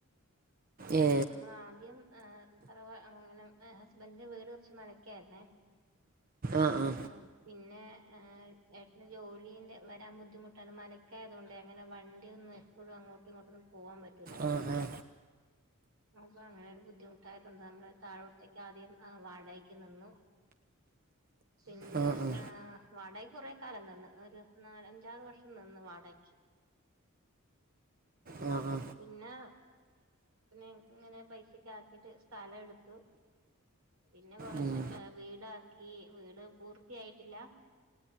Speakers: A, on the right; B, on the right.
A: ഏ
B: നമ്മള ആദ്യം തറവാ ഇങ്ങനെ ഹസ്ബൻറിന്റെ വീട് കുറച്ച് മലക്കായിരുന്നേ.
A: ആഹ് ആഹ.
B: ഉം പിന്നെ ഏട്ടന് ജോലിന്റെ വരാൻ ബുദ്ധിമുട്ടാണ്. മല ക്കെ ആയതുകൊണ്ട് അങ്ങനെ വണ്ടിയൊന്നും എപ്പോഴും അങ്ങോട്ടും ഇങ്ങോട്ടൊന്നും പോവാൻ പറ്റൂല്ല.
A: ആ ആ
B: അപ്പൊ അങ്ങനെ ഒരു ബുദ്ധിമുട്ടായിട്ടുണ്ട്. നമ്മുടെ താഴോട്ടേക്ക് ആദ്യം വാടകയ്ക്ക് നിന്നു. <inaudible> പിന്നെ
A: ആ ആ
B: വാടകക്ക് കൊറെ കാലം നിന്ന്. ഒരു നാലഞ്ചാറ് വർഷം നിന്ന് വാടകക്ക്.
A: ആ ആ
B: പിന്നെ പിന്നെ ഇങ്ങനെ പൈസക്കെ ആക്കിട്ട് സ്ഥലം എടുത്തു. പിന്നെ കൊറേശെ
A: ഉം.
B: വീടാക്കി. വീട് പൂർത്തിയായിട്ടില്ല.